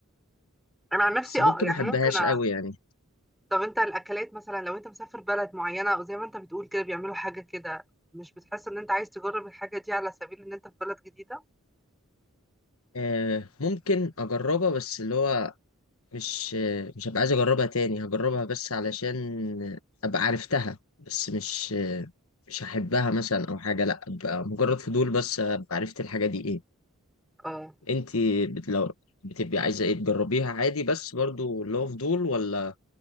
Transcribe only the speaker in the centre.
انا عن نفسي
اه يعني
ممكن أ...
طب انت الاكلات مثلا لو انت مسافر بلد معينة او زي ما انت بتقول كده بيعملوا حاجة كده مش بتحس ان انت عايز تجرب الحاجة دي على سبيل ان انت في بلد جديدة
اه